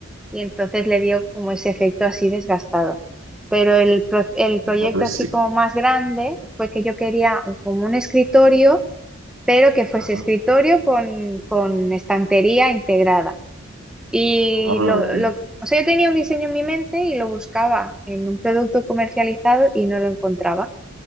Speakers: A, in the centre; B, on the right (about 75°).
A: y entonces le dio como ese efecto así desgastado. Pero el, pro- el proyecto
B: Más rústico.
A: así como más grande fue que yo quería un- como un escritorio pero que fuese
B: Ajá.
A: escritorio con, con estantería integrada. Y
B: Ah,
A: lo,
B: ok.
A: lo- o sea, yo tenía un diseño en mi mente y lo buscaba en un producto comercializado y no lo encontraba.